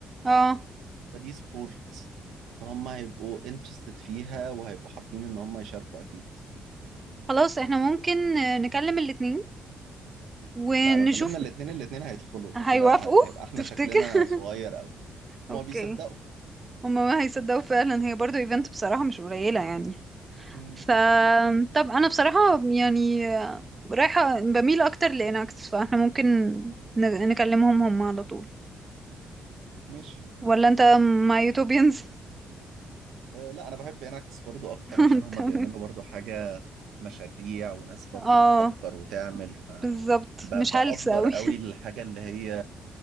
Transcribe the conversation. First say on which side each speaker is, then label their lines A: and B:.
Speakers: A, on the right; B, on the right.
A: اه
B: فدي سبورت فهم هيبقوا انترستد فيها وهيبقوا حابين ان هم يشاركوا اكيد
A: خلاص احنا ممكن آه، نكلم الاتنين ونشوف
B: لا لو كلمنا الاتنين الاتنين هيدخلوا فكده
A: هيوافقوا
B: هي- هيبقى احنا
A: تفتكر
B: شكلنا
A: <laughs>
B: صغير قوي
A: اوكي
B: هما بيصدقوا
A: هما ما هيصدقوا فعلا هي برضو ايفنت بصراحة مش قليلة يعني
B: امم
A: فطب انا بصراحة يعني رايحة بميل اكتر لإناكس فاحنا ممكن ن- نكلمهم هم على طول
B: ماشي
A: ولا انت مع يوتوبيانز
B: أه لا انا بحب اناكتس برضو اكتر
A: <laughs>
B: عشان هما
A: تمام.
B: بيعملوا برضو حاجة مشاريع وناس برضو
A: اه
B: بتفكر وتعمل
A: بالظبط
B: فبقدر
A: مش هلس اوي
B: قوي الحاجة اللي هي